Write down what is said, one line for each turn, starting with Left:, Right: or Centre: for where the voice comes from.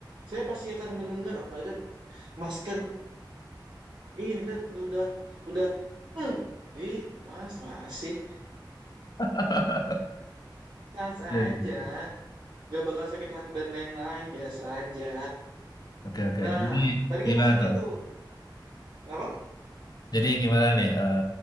Right: Saya pasti akan mendengar, apalagi kan Mas kan ini kita udah udah hmm, gitu Mas, mana sih?
Left: <laughs>
Right: Sans
Left: Ya,
Right: aja,
Left: ya, ya.
Right: nggak bakal sakit hati dan lain-lain biasa aja.
Left: Oke, oke.
Right: Nah,
Left: Jadi
Right: tadi
Left: gimana
Right: kan Mas nanya
Left: tuh?
Right: tuh, apa?
Left: Jadi gimana nih eh,